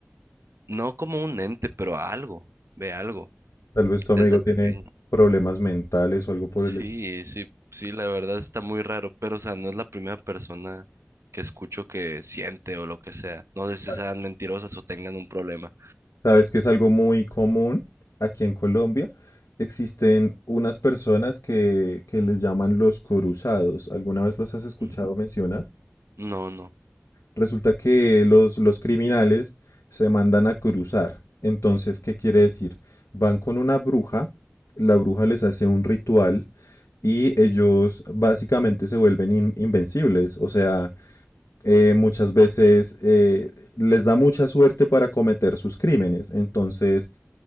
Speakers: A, on the right; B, on the left.
A: no como un ente, pero a algo, ve algo
B: Tal vez tu amigo
A: desde pequeño.
B: tiene problemas mentales o algo por
A: Sí,
B: el
A: sí, sí, la verdad está muy raro, pero o sea, no es la primera persona que escucho que siente o lo que sea. No sé
B: estilo.
A: si sean mentirosas o tengan un problema.
B: Sabes que es algo muy común aquí en Colombia. Existen unas personas que, que les llaman los coruzados. ¿Alguna vez los has escuchado
A: <laughs>
B: mencionar?
A: No, no.
B: Resulta que los, los criminales se mandan a cruzar. Entonces, ¿qué quiere decir? Van con una bruja, la bruja les hace un ritual y ellos básicamente se vuelven in- invencibles. O sea, eh, muchas veces eh, les da mucha suerte para cometer sus crímenes. Entonces,